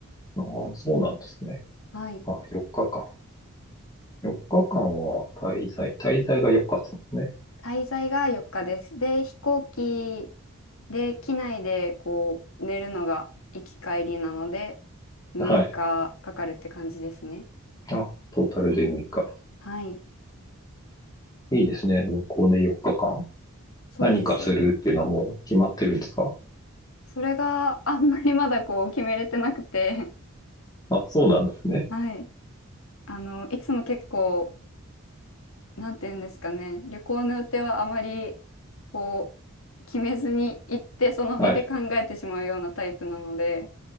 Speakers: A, on the left; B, on the left.
A: ああ、そうなんですね。
B: はい。
A: あ、4日間。4日間は滞在、滞在が4日ですね。
B: 滞在が4日です。で、飛行機で、機内でこう、寝るのが行き帰りなので、6日かかかるって感じですね。
A: はい。あ、トータルで6日。
B: はい。
A: いいですね。向こうで4日間。
B: そうです。
A: 何かするっていうのはもう決まってるんですか
B: それがあんまりまだこう決めれてなくて、
A: あ、そうなんですね。
B: <laughs> はい。あの、いつも結構、なんて言うんですかね、旅行の予定はあまりこう、決めずに行ってその場で考えてしまうようなタイプなので、
A: はい。